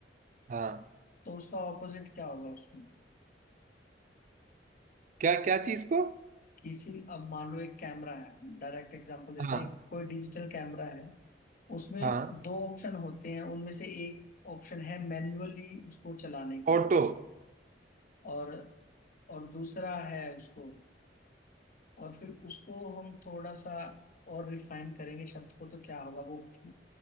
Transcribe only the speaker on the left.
तो उसका ऑपोजिट क्या होगा उसमें
किसी अब मान लो एक कैमरा है डायरेक्ट एग्जांपल देते
हैं कोई डिजिटल कैमरा है उसमें
दो ऑप्शन होते हैं उनमें से एक ऑप्शन है मैन्युअली उसको चलाने का
और और दूसरा है उसको और फिर उसको हम थोड़ा सा और रिफाइन करेंगे शब्द को तो क्या होगा वो कि